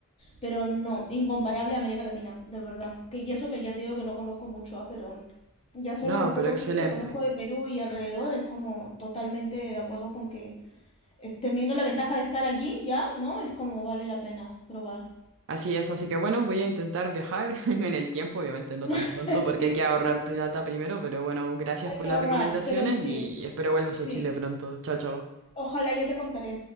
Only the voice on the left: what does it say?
pero no, incomparable a América Latina, de verdad. Que, y eso que ya te digo que no conozco mucho, ah, pero ya solo
los pocos
sitios que conozco de Perú y alrededor es como totalmente de acuerdo con que es- teniendo la ventaja de estar allí ya, ¿no? Es como vale la pena probar.
<laughs>
Sí,
sí, sí.
Hay
que
ahorrar,
pero sí,
sí.
Ojalá ya te contaré.